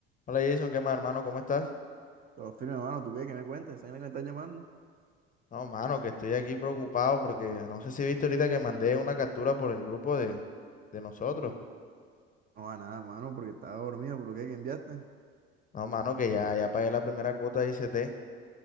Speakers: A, on the left; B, on the right.
A: Hola Jason, ¿qué más hermano? ¿Cómo estás?
B: Todo firme, mano. ¿Tú qué? ¿Qué me cuentes? ¿Sabes a qué me estás llamando?
A: No, mano, que estoy aquí preocupado porque no sé si viste ahorita que mandé una captura por el grupo de, de nosotros.
B: No, a nada, mano, porque estaba dormido. ¿Pero qué? ¿Qué enviaste?
A: No, mano, que ya, ya pagué la primera cuota de ICT.